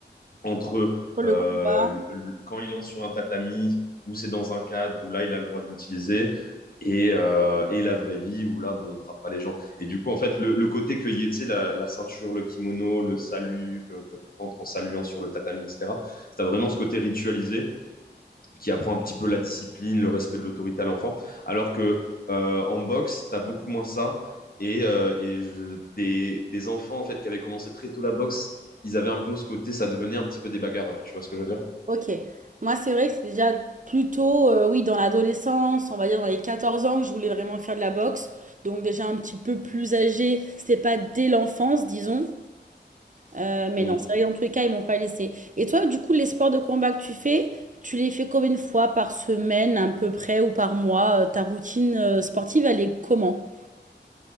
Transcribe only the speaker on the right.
Pour le
combat,
Ok. Moi, c'est vrai que c'est déjà plutôt, euh, oui, dans l'adolescence, on va dire dans les 14 ans, que je voulais vraiment faire de la boxe. Donc déjà un petit peu plus âgé, c'était pas dès l'enfance, disons. Euh, mais
non, c'est vrai, que dans tous les cas, ils m'ont pas laissé. Et toi, du coup, les sports de combat que tu fais, tu les fais combien de fois par semaine, à peu près, ou par mois? Euh, Ta routine euh, sportive, elle est comment?